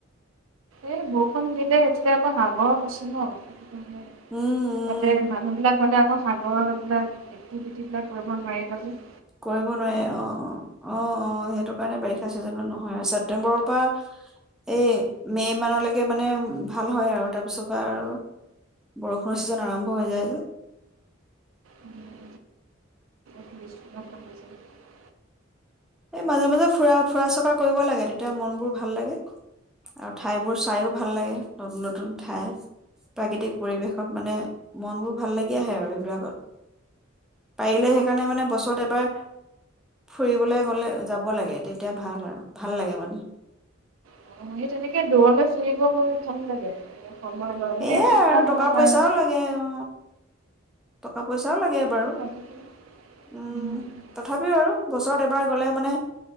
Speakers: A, on the right; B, in the centre.
A: এই বৰষুণ দিলে এতিয়া আকৌ সাগৰ আছে ন।
B: উম উম
A: তাতে মানুহ বিলাক গলে সাগৰ এইবিলাক এক্টিভিটি বিলাক কৰিব নোৱাৰি যদি
B: কৰিব নোৱাৰে অ অ অ অ সেইটো কাৰণে বাৰিষা চিজনত ন হয় ছেপ্টেম্বৰৰ পৰা এই মে' মানলৈকে মানে ভাল হয় আৰু তাৰপিছৰ পৰা আৰু বৰষুণৰ ছিজন আৰম্ভ হৈ যায় যে
A: উম। <unintelligible>
B: এই মাজে মাজে ফুৰা ফুৰা চকা কৰিব লাগে তেতিয়া মন বোৰ ভাল লাগে আৰু ঠাইবোৰ চাইও ভাল লাগে নতুন নতুন ঠাই প্ৰাকৃতিক পৰিৱেশত মানে মন বোৰ ভাল লাগি আহে আৰু সেইবিলাকত পাৰিলে সেইকাৰণে মানে বছৰত এবাৰ ফুৰিবলে বলে যাব লাগে তেতিয়া ভাল আৰু ভাল লাগে মানে
A: অ সেই তেনেকে দূৰলৈ ফুৰিব গৈ যাম লাগে সময় ল মানে
B: সেইয়াই
A: এসপ্তাহ
B: আৰু
A: মানৰ
B: টকা
A: কাৰণে
B: পইচাও লাগে অ টকা পইচাও লাগে বাৰু
A: ভাল লাগে এতিয়া
B: উম তথাপিও আৰু বছৰত এবাৰ গ'লে মানে